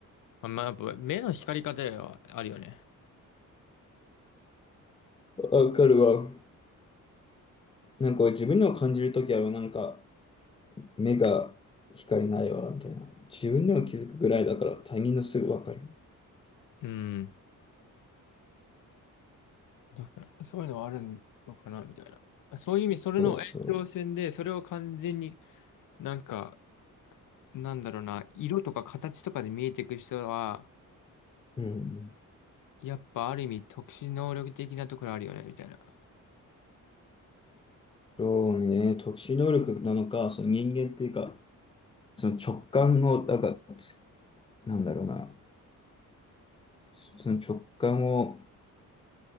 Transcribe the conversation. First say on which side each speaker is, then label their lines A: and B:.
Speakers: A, on the left (about 75°); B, on the left (about 15°).
A: あまあ、やっぱ目の光り方はあるよね。
B: わかるわ。なんか自分の感じるときは、なんか、目が光ないわ、みたいな。自分でも気づくぐらいだから他人のすぐ分かる。
A: うん。だからそういうのはあるのかな、みたいな。そういう意味、それの延長線で、
B: そうそう。
A: それを完全になんか、なんだろうな、色とか形とかで見えていく人は、
B: うん。
A: やっぱある意味特殊能力的なところあるよね、みたいな。
B: そうね、特殊能力なのか、その人間っていうか、その直感を、だから、つなんだろうな、その直感を、